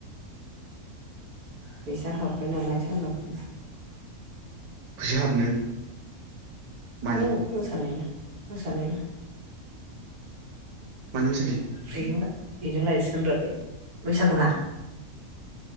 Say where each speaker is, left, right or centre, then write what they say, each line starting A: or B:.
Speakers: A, on the right; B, on the right.
A: फैसा हाबबाय नालाय सालाफोरा
B: फैसा हाबनो मानि
A: औ मोसानायना मोसानायना
B: मानि मोसानाय
A: बेजों दा बेजों लायसिगोन रा बे बैसागु ना